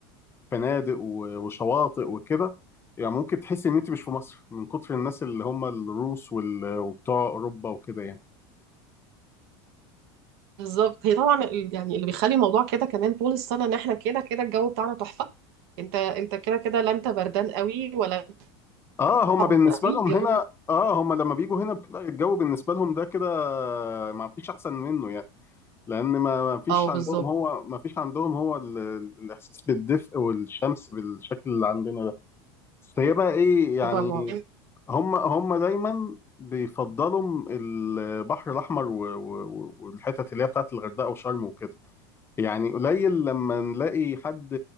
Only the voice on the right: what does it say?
بالظبط هي طبعا ال- يعني اللي بيخلي الموضوع كده كمان طول السنة إن إحنا كده كده الجو بتاعنا تحفة أنت أنت كده كده لا أنت بردان قوي ولا أنت
حر
قوي
الجو
أه بالظبط
طبعا